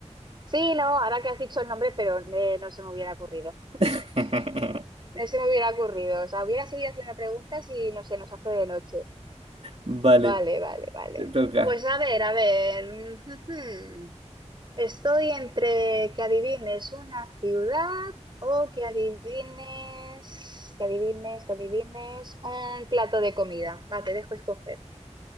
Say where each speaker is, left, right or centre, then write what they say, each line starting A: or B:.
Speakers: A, on the right; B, on the right.
A: Sí, no, ahora que has dicho el nombre, pero eh, no se me hubiera ocurrido.
B: <laughs>
A: No se me hubiera ocurrido. O sea, hubiera seguido haciendo preguntas y no sé, nos hace de noche.
B: Vale,
A: Vale, vale, vale.
B: te toca.
A: Pues a ver, a ver. <laughs> Estoy entre que adivines una ciudad o que adivines, que adivines, que adivines un plato de comida. Va, te dejo escoger.